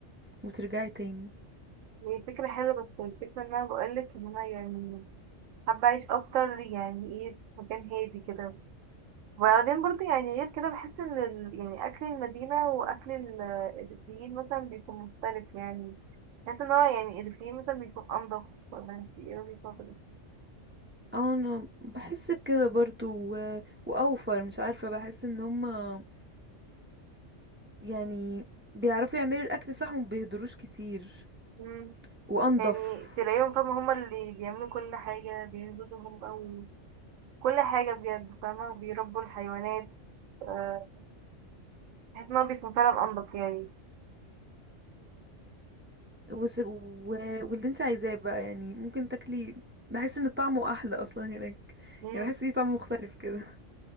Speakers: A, on the right (about 15°); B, on the right (about 90°).
A: وترجعي تاني
B: هي فكرة حلوة بس الفكرة ان انا بقولك ان انا يعني حابة أعيش أكتر يعني إيه في مكان هادي كده وبعدين برضه يعني غير كده بحس إن ال... يعني أكل المدينة وأكل ال- الريفيين مثلا بيكون مختلف يعني بحس إن هو يعني الريفيين مثلا بيكون أنضف ولا أنتي إيه وجهة نظرك؟
A: اه انا بحس بكده برضو و... واوفر مش عارفه بحس ان هما يعني بيعرفوا يعملوا الاكل صح ومبيهدروش كتير
B: مم.
A: وانضف
B: يعني تلاقيهم فاهمة هما اللي بيعملوا كل حاجة بينزلوا هم أو كل حاجة بجد فاهمة بيربوا الحيوانات آه، بحس إن هو بيكون فعلا أنضف يعني
A: وس... و... واللي انت عايزاه بقى يعني ممكن تاكلي بحس ان طعمه احلى اصلا هناك
B: مم.
A: يعني بحس ليه طعم مختلف كده